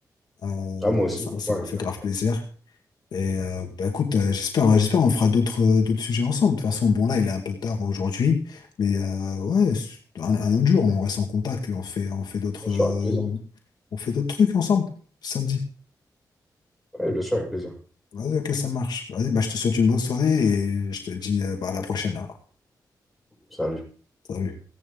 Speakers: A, on the left; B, in the centre.
A: Euh,
B: Ah, moi aussi,
A: ça,
B: franchement,
A: ça m'a
B: avec-
A: fait
B: avec-
A: grave plaisir. Et euh, bah écoute, euh, j'espère, euh, j'espère on fera d'autres euh, d'autres sujets ensemble. De toute façon, bon là, il est un peu tard aujourd'hui, mais euh, ouais, un, un autre jour, on reste en contact et on fait on fait d'autres
B: bien
A: euh,
B: sûr, avec plaisir.
A: on fait d'autres trucs ensemble. Ça te dit?
B: Ouais, bien sûr, avec plaisir.
A: Vas-y, ok, ça marche. Vas-y, bah je te souhaite une bonne soirée et je te dis euh, bah, à la prochaine alors.
B: Salut.
A: Salut.